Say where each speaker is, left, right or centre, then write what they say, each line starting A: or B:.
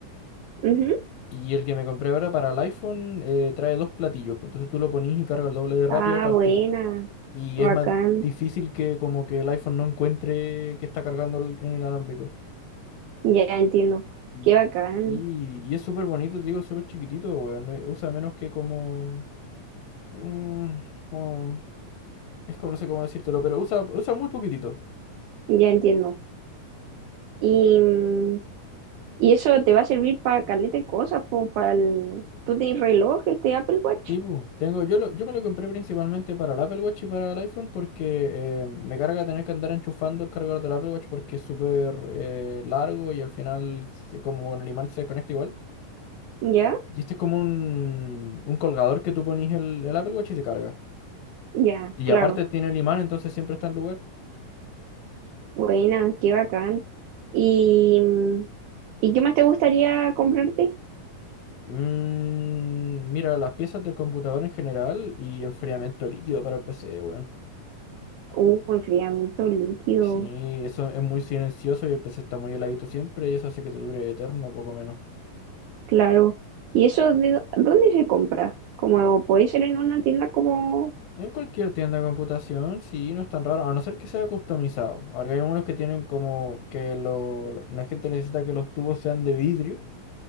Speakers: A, on the right; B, on the left.
A: ujú.
B: Y el que me compré ahora para el iPhone eh, trae dos platillos, pues, entonces tú lo ponís y carga el doble de rápido
A: Ah,
B: aparte.
A: buena,
B: Y
A: bacán.
B: es más difícil que como que el iPhone no encuentre que está cargando el- en el inalámbrico.
A: Ya entiendo.
B: Y,
A: Qué bacán,
B: y, y es súper bonito, te digo, es súper chiquitito, weón. eh, Usa menos que como... mm, como- es como, no sé cómo decírtelo, pero usa, usa muy poquitito.
A: ya entiendo. ¿Y mm, Y eso te va a servir para caleta de cosas, po, para el... Tú tienes reloj, este Apple Watch,
B: Sí, pu, tengo, yo, lo- yo me lo compré principalmente para el Apple Watch y para el iPhone porque eh, me carga tener que andar enchufando el cargador del Apple Watch porque es súper eh, largo y al final se- como con el imán se desconecta igual.
A: ¿ya?
B: Y este es como un, un colgador que tú ponís el, el Apple Watch y se carga.
A: Ya,
B: Y
A: claro.
B: aparte tiene el imán, entonces siempre está en lugar.
A: Buena, qué bacán. ¿Y, mm, ¿y qué más te gustaría comprarte?
B: Mm, mira, las piezas del computador en general y enfriamiento líquido para el PC, weón.
A: Uh, enfriamiento líquido,
B: Sí, eso es muy silencioso y el PC está muy heladito siempre y eso hace que te dure eterno, poco menos.
A: claro. ¿Y eso de dó- dónde se compra? Como puede ser en una tienda como...
B: En cualquier tienda de computación, sí, no es tan raro, a no ser que sea customizado. Ahora hay algunos que tienen como que lo, la la gente necesita que los tubos sean de vidrio